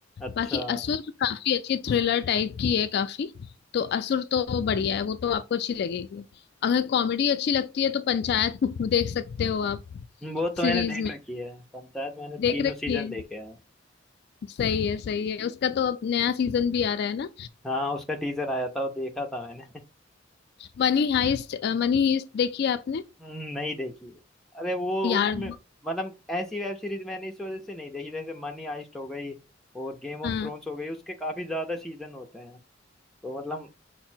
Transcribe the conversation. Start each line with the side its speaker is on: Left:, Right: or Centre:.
Centre: अच्छा
Left: बाकी असुर तो काफी अच्छी थ्रिलर टाइप की है काफी तो असुर तो बढ़िया है वो तो आपको अच्छी लगेगी अगर कॉमेडी अच्छी लगती है तो पंचायत <laughs> देख सकते हो आप
Centre: वो तो
Left: सीरीज
Centre: मैंने देख
Left: में
Centre: रखी है पंचायत मैंने
Left: देख
Centre: तीनों
Left: रखी
Centre: सीजन
Left: है
Centre: देखे हैं
Left: सही है सही है उसका तो अब नया सीजन भी आ रहा है ना
Centre: हाँ उसका टीजर आया था वो देखा था मैंने
Left: Money Heist मनी हाइस्ट देखी है आपने
Centre: हम्म, नहीं देखी अरे वो
Left: यार
Centre: उसमें मतलब ऐसी वेब सीरीज मैंने इस वजह से नहीं देखी जैसे मनी हाइस्ट हो गई और गेम ऑफ
Left: हाँ
Centre: थ्रोन्स हो गई उसके काफी ज्यादा सीजन होते हैं तो मतलब